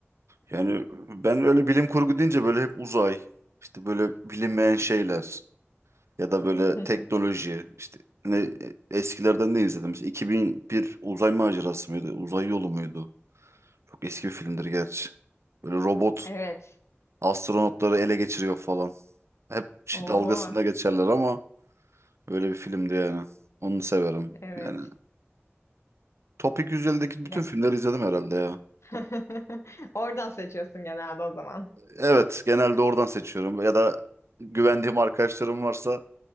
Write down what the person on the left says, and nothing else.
<laughs>
Evet.
Oo,
evet.
Yani.
<laughs> Oradan seçiyorsun genelde o zaman.